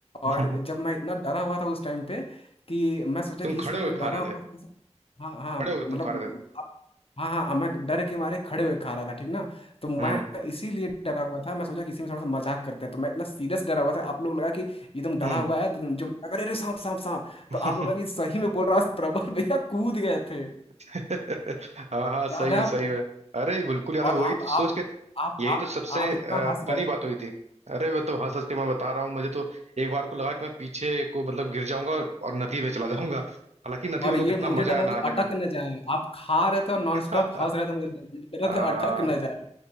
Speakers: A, on the right; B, on the left.
A: <laughs>
B: और जब मैं इतना डरा हुआ था उस टाइम पे कि मैं सोचा
A: तुम
B: कि
A: खड़े
B: इसी में मैं
A: होके खा
B: डरा
A: रहे थे
B: हुआ था तो हाँ हाँ
A: खड़े होके तुम
B: मतलब
A: खा रहे थे
B: आप- हाँ हाँ मैं डर के मारे खड़े हुए खा रहा था ठीक ना तो मैं
A: हम्म
B: इसीलिए डरा हुआ था मैं सोचा कि इसी में थोड़ा सा मजाक करते हैं तो मैं इतना सीरियस डरा हुआ था आप लोग लगा कि एकदम डरा
A: हम्म
B: हुआ है तो जो अरे अरे सांप सांप सांप
A: <laughs>
B: तो आप लोग लगा कि सही में बोल रहा है, प्रबल भैया कूद गए थे
A: <laughs> हाँ हाँ सही
B: याद है
A: में
B: आपको
A: सही में अरे बिल्कुल याद
B: और
A: है वही
B: आप
A: तो सोच
B: आप
A: के
B: आप
A: यही
B: आप
A: तो सबसे
B: आप इतना हंस
A: फनी
B: रहे थे
A: बात हुई थी अरे वो तो हंस हंस के मैं बता रहा हूँ मुझे तो एक बार को लगा कि मैं पीछे को मतलब गिर जाऊंगा और, और नदी में चला जाऊंगा हालांकि नदी
B: और
A: में हम
B: ये
A: लोग कितना
B: मुझे
A: मजा
B: डर
A: आया
B: लग
A: नहाने
B: रहा था
A: में
B: अटक न जाए आप खा रहे थे और नॉन
A: <laughs>
B: स्टॉप हंस रहे थे मुझे लग- मुझे डर
A: आ,
B: रहा था अटक न जाए